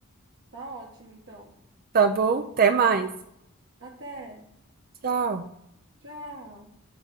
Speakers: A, on the right (about 60°); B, on the right (about 40°).
A: Tá ótimo, então.
B: Tá bom? Até mais.
A: Até.
B: Tchau.
A: Tchau.